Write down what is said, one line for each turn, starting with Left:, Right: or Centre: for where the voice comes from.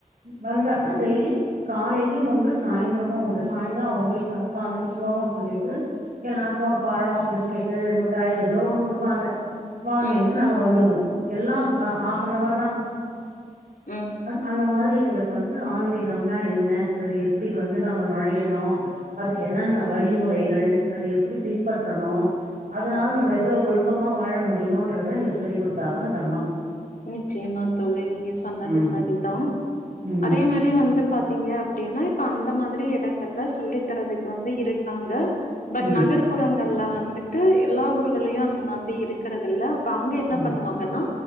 Right: வந்தாத்தா டெயிலி காலைலியு உண்டு சாயிந்திரமு உண்டு சாய்ந்தரோ அவுங்க வீட்ல ஒக்காந்துண்டு ஸ்லோகொ சொல்லிட்டு எல்லாருக்கு ஒரு பழ பிஸ்கெட்டு முட்டாய் ஏதோ ஒண்ணு கொடுப்பாங்க வாங்கின்டு
Left: ம்
Right: நாங்க வந்துருவோ எல்லா நுப் ஆ ஹாஃப் ஆன் ஹோர்தா
Left: ம்
Right: அந் அந்த மாதிரி பே எங்குளுக்கு வந்து ஆன்மீகம்னா என்ன அது எப் எப்டி வந்து நம்ம நொழையணு அதுக்கு என்னென்ன வழிமுறைகள் அது எப்புடி பின்பற்றணு அதனால நம்ம எவ்ளோ ஒழுக்கமா வாழ முடியுன்றத எங்குளுக்கு சொல்லிக் குடுத்தாங்க அந்த அம்மா
Left: நிச்சயமா தோழி நீங்க சொன்னது
Right: ம்
Left: செரிதா
Right: ம்
Left: அதே மாரி வந்து பாத்தீங்க அப்டினா ப அந்த மாதிரி எடங்கள்ல சொல்லி தரதுக்கு வந்து இருக்காங்க பட்
Right: ம்
Left: நகர்ப்புறங்கள் ல்லா வந்துட்டு எல்லா ஊர்கள்ளயு அந்த மாதிரி இருக்கறதில்ல ப அங்க என்ன
Right: ம்
Left: பண்ணுவாங்கனா